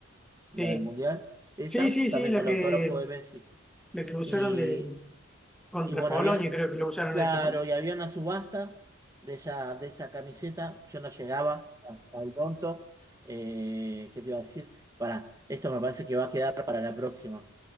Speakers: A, on the right; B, in the centre.
A: la
B: sí,
A: del Mundial, esa,
B: sí, sí,
A: también
B: sí, la
A: con
B: que,
A: el autógrafo de Messi.
B: lo que usaron
A: Y,
B: de, contra
A: y bueno,
B: Polonia,
A: había.
B: creo que lo usaron
A: Claro,
B: esa, ¿no?
A: y había una subasta de esa, de esa camiseta. Yo no llegaba a- al pronto. Eh, ¿qué te iba a decir? Para, esto me parece que va a quedar para la próxima.